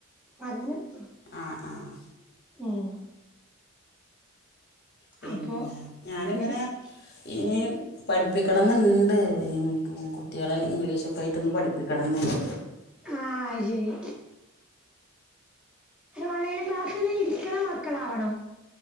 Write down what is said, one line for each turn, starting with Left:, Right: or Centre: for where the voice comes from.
Centre: <unintelligible>
Left: ആ ആ
Centre: ഉം
Left: പിന്നെ
Centre: അപ്പൊ
Left: ഞാനിങ്ങനെ
Centre: അങ്ങനെയൊക്കെ
Left: ഇനി പഠിപ്പിക്കണന്ന്ണ്ട് കുട്ടികളെ ഇംഗ്ലീഷൊക്കായിട്ടൊന്ന് പഠിപ്പിക്കണന്ന്ണ്ട്.
Centre: ആഹ് അയ്ശെരി. ഓൺലൈനും ക്ലാസിലിരിക്കണ മക്കളാവണം